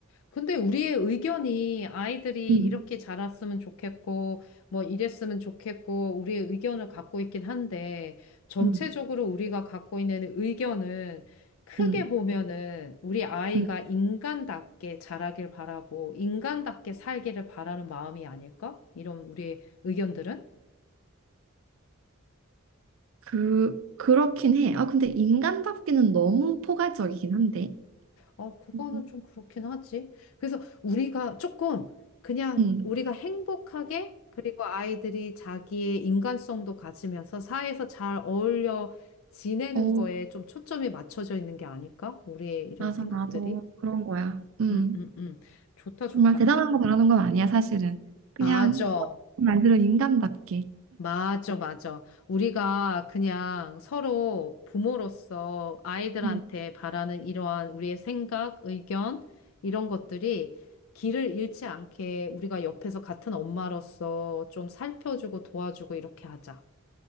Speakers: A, on the left; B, on the right.
A: 근데 우리의 의견이 아이들이
B: 음,
A: 이렇게 자랐으면 좋겠고, 뭐 이랬으면 좋겠고, 우리의 의견을 갖고 있긴 한데, 전체적으로
B: 음,
A: 우리가 갖고 있는 의견은 크게
B: 음,
A: 보면은 우리 아이가
B: 음.
A: 인간답게 자라길 바라고, 인간답게 살기를 바라는 마음이 아닐까? 이런 우리의 의견들은?
B: 그, 그렇긴 해. 아, 근데 인간답기는 너무 포괄적이긴 한데.
A: 아, 그거는
B: 음,
A: 좀 그렇긴 하지. 그래서 우리가 조금 그냥
B: 음.
A: 우리가 행복하게 그리고 아이들이 자기의 인간성도 가지면서 사회에서 잘 어울려 지내는
B: 어,
A: 거에 좀 초점이 맞춰져 있는 게 아닐까? 우리의 이런
B: 맞아,
A: 생각들이.
B: 맞아. 그런 거야. 음.
A: 음, 음, 음. 좋다, 좋다.
B: 정말 대단한 거 바라는 건 아니야, 사실은. 그냥
A: 맞아.
B: 말 그대로 인간답게.
A: 맞아, 맞아. 우리가 그냥 서로 부모로서 아이들한테
B: 음,
A: 바라는 이러한 우리의 생각, 의견, 이런 것들이 길을 잃지 않게 우리가 옆에서 같은 엄마로서 좀 살펴주고 도와주고 이렇게 하자.